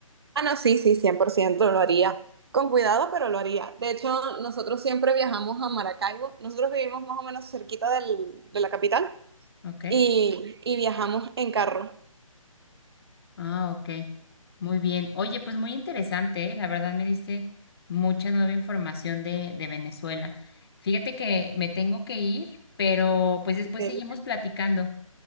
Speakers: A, on the right (about 45°); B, on the left (about 45°).
A: Ah, no, sí, sí, 100% lo haría. Con cuidado, pero lo haría. De hecho, nosotros siempre viajamos a Maracaibo. Nosotros vivimos más o menos cerquita del- de la capital
B: Ok.
A: y, y viajamos en carro.
B: Ah, ok. Muy bien. Oye, pues muy interesante, ¿eh? La verdad me diste mucha nueva información de, de Venezuela. Fíjate que me tengo que ir, pero pues después
A: Ok.
B: seguimos platicando.